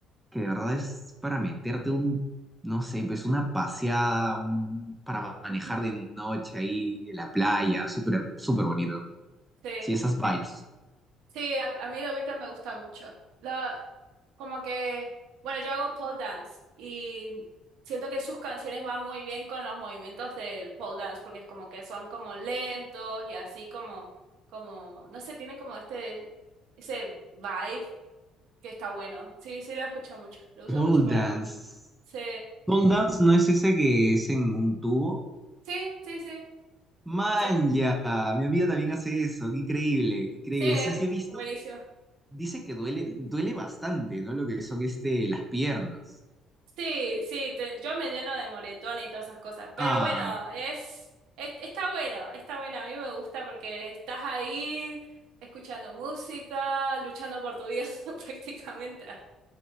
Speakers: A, in the centre; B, on the right.
A: que de verdad es para meterte un, no sé, pues una paseada, un, para manejar
B: Ujú.
A: de noche ahí en la playa, súper, súper bonito.
B: Sí.
A: Sí, esas vibes.
B: Sí, a, a mí The Weeknd me gusta mucho. La- como que, bueno, yo hago pole dance y siento que sus canciones van muy bien con los movimientos del pole dance porque es como que son como lentos y así como, como, no sé, tiene como este, ese vibe que está bueno. Sí, sí lo escucho mucho, lo uso
A: Pole
B: mucho para...
A: dance.
B: Sí,
A: Pole dance no es ese que es en un tubo.
B: sí, sí, sí,
A: Man,
B: sí,
A: ya, mi amiga también hace eso, qué increíble, qué increíble.
B: sí, es
A: Sí, sí he visto
B: buenísimo.
A: dice que duele, duele bastante, ¿no? Lo que son este, las piernas.
B: Sí, sí, te- yo me lleno de moretones y todas esas cosas, pero
A: Ah,
B: bueno, es, es- está bueno, está bueno, a mí me gusta porque estás ahí escuchando música, luchando por tu vida <laughs> prácticamente